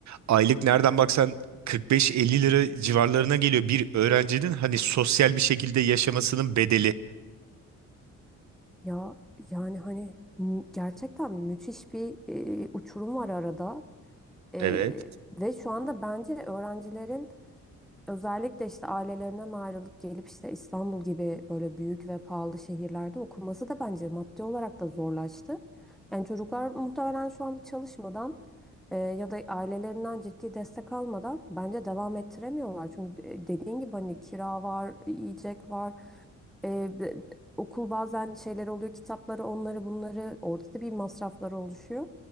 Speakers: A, on the right (about 65°); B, in the centre.
A: aylık nereden baksan 45-50 lira civarlarına geliyor bir öğrencinin hani sosyal bir şekilde yaşamasının bedeli.
B: ya yani hani mü- gerçekten müthiş bir e, uçurum var arada. E,
A: Evet.
B: ve şu anda bence öğrencilerin Özellikle işte ailelerinden ayrılıp gelip işte İstanbul gibi böyle büyük ve pahalı şehirlerde okuması da bence maddi olarak da zorlaştı. Yani çocuklar muhtemelen şu anda çalışmadan e, ya da ailelerinden ciddi destek almadan bence devam ettiremiyorlar. Çünkü de- dediğin gibi hani kira var, yiyecek var. Ee, b- okul bazen şeyler oluyor, kitapları, onları, bunları. Orada da bir masrafları oluşuyor.